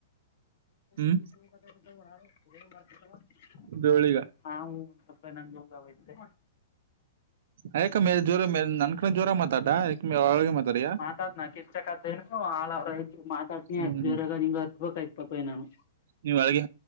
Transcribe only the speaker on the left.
<unintelligible>
ಹಾ ನಂಗೆ ಹೋಗಾವ್ದೆ
ಮತಾತ್್ ನ ಕ ಚಕತ ಹ ಆಳ ಮಾತಾಡ್ತೀನಿ
ಅಷ್ಟರಾಗ ನಿಂಗ ಅರ್ತ್ಬಕ್ಯತ್ ಪಪಯ ನಾನು